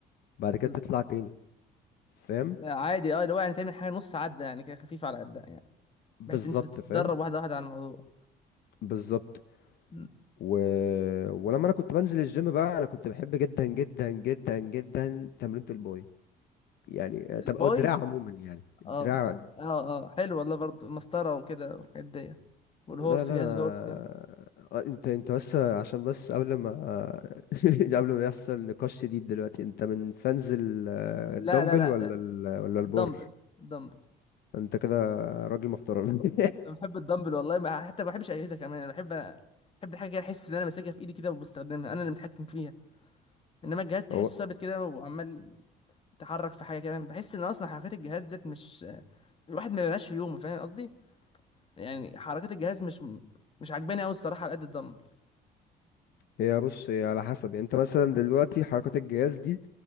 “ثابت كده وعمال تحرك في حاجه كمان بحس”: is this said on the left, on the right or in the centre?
Left